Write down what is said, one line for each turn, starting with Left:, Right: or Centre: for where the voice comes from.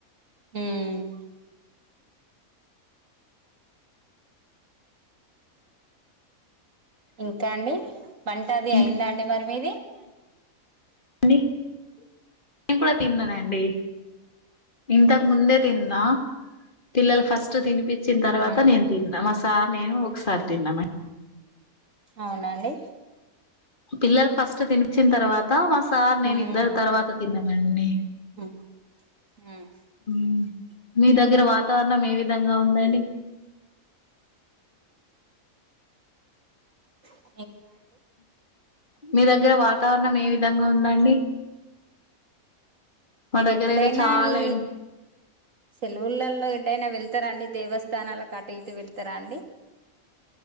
Right: హుమ్ ఇంకాండీ వంట అది
Left: ఇంకా
Right: అయిందా అండి మరి మీది
Left: నేను కూడా తిన్నానండి ఇంతక్
Right: హ్మ్
Left: ముందే తిన్నా పిల్లల్ ఫస్ట్ తినిపిచ్చిన్ తర్వాత
Right: హ్మ్
Left: నేన్ తింటా మా సార్ నేను ఒకసార్ తిన్నాం.
Right: అవునండి.
Left: పిల్లలక్ ఫస్ట్ తినిపిచ్చిన్ తర్వాత మా సార్
Right: హ్మ్
Left: నేను ఇద్దర్ తర్వాత తిన్నమండి.
Right: హ్మ్ హ్మ్
Left: మ్ మీ దగ్గర వాతావరణం ఏ విధంగా ఉందండి.
Right: మ్
Left: మీ దగ్గర వాతావరణం ఏ విధంగా ఉందండి. మా
Right: మీరెప్పుడైనా
Left: దగ్గర అయితే చాలా
Right: ఈ
Left: ఎ
Right: సెలవులల్లో ఎటైనా వెళ్తారండీ. దేవస్థానాలక్ అటు ఇటు వెళ్తరా అండి.